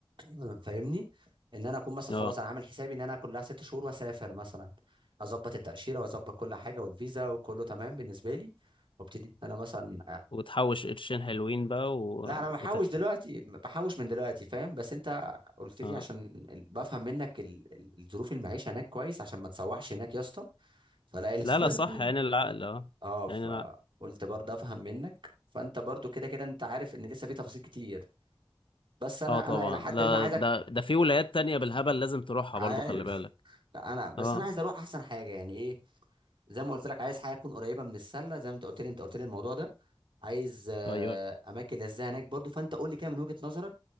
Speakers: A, on the right; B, on the left.
A: <clears throat> فاهمني ان انا اكون مثلا
B: اه
A: خلاص انا عامل حسابي ان انا كلها ست شهور واسافر مثلا اظبط التاشيره واظبط كل حاجه والفيزا وكله تمام بالنسبه لي وابتدي انا مثلا
B: وتحوش قرشين حلوين بقى و...
A: لا انا بحوش
B: وتخلى
A: دلوقتي بحوش من دلوقتي فاهم بس انت قلت لي
B: اه
A: عشان ال- بفهم منك ال- ال- الظروف المعيشه هناك كويس عشان ما تسوحش هناك يا اسطى فلاقي ال-
B: لا لا صح يعني
A: <laughs>
B: العقل اه
A: اه فقلت
B: يعني
A: برضه افهم منك فانت برضه كده كده انت عارف ان لسه في تفاصيل كتير بس انا
B: اه طبعا
A: انا الى حد
B: لا
A: ما عايزك
B: ده ده في ولايات تانية بالهبل لازم تروحها
A: <laughs> عارف
B: برضو خلي بالك
A: انا بس
B: اه
A: انا عايز اروح احسن حاجه يعني ايه زي ما قلت لك عايز حاجه تكون قريبه من السله زي ما انت قلت لي انت قلت لي الموضوع ده عايز آه،
B: ايوه
A: اماكن لذيذه هناك برضه فانت قول لي كده من وجهه نظرك